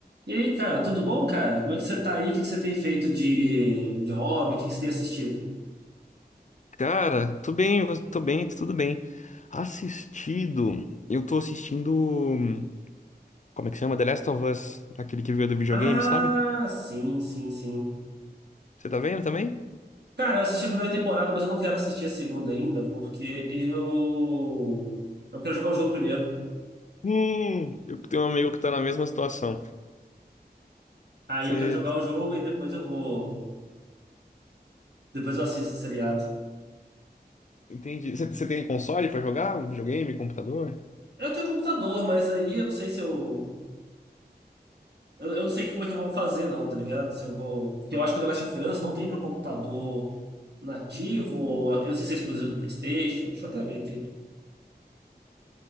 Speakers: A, on the right; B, on the left.
A: E aí, cara, tudo bom, cara? Como é que você tá aí? O que que você tem feito de, de hobby? O que que você tem assistido?
B: Cara, tô bem, vo- tô bem, tudo bem. Assistido, eu tô assistindo, hum, como é que chama? The Last of Us, aquele que veio do videogame,
A: Ah,
B: sabe?
A: sim, sim, sim.
B: Você tá vendo também?
A: Cara, eu assisti a primeira temporada, mas eu não quero assistir a segunda ainda, porque eu. Eu quero jogar o jogo primeiro.
B: Hum, eu tenho um amigo que tá na mesma situação.
A: Aí
B: Você
A: eu quero jogar o jogo e depois eu vou. Depois eu assisto o seriado.
B: entende? Você você tem console pra jogar? Um videogame, computador?
A: Eu tenho computador, mas aí eu não sei se eu. Eu, eu não sei como é que eu vou fazer, não, tá ligado? Se eu vou. Porque eu acho que o The Last of Us não tem pra computador nativo, ou eu não sei se é exclusivo do PlayStation. Deixa eu até ver aqui.